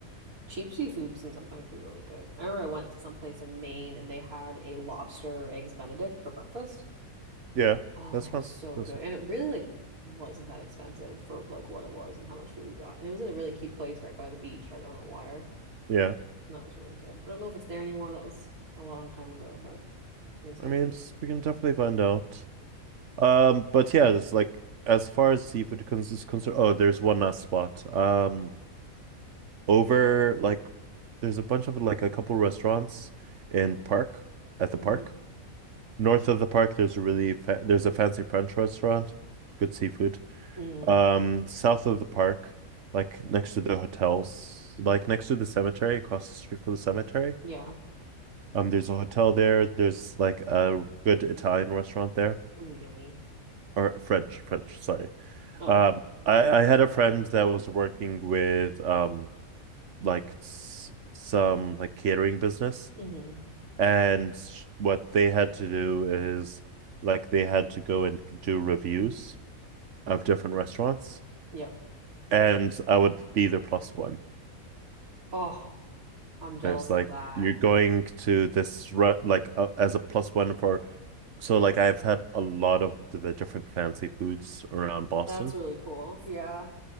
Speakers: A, on the right (about 80°); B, on the right (about 60°).
A: Cheap seafood can sometimes be really good. I remember I went to some place in Maine and they had a lobster eggs Benedict for breakfast.
B: Yeah,
A: Oh,
B: that's
A: that
B: France.
A: was so
B: That's,
A: good. And it really like wasn't that expensive for like what it was and how much food we got. And it was in a really cute place right by the beach, right by the water.
B: yeah,
A: And that was really good. I don't know if it's there anymore. That was a long time ago, but it was tasty.
B: I mean, it's, we can definitely find out. Um, but yeah, it's like as far as seafood cons is concerned. Oh, there's one last spot. Um, over like There's a bunch of like a couple restaurants in park at the
A: Mm-hmm.
B: park. North of the park, there's a really fa there's a fancy French restaurant, good seafood.
A: Mm.
B: Um, south of the park, like next to the hotels, like next to the cemetery, across the street from the cemetery.
A: Yeah.
B: Um, there's a hotel there. There's like a good Italian restaurant there,
A: Ooh, yummy.
B: or French, French, sorry.
A: Oh,
B: Um,
A: okay.
B: I I had a friend that was working with um like s- some like catering business.
A: Mm-hmm.
B: And what they had to do is like they had to go and do reviews of different restaurants,
A: Yep.
B: and I would be the plus one.
A: Oh, I'm jealous
B: So it's like
A: of that.
B: you're going to this re like uh, as a plus one for so like I've had a lot of the the different fancy foods around Boston.
A: That's really cool. Yeah.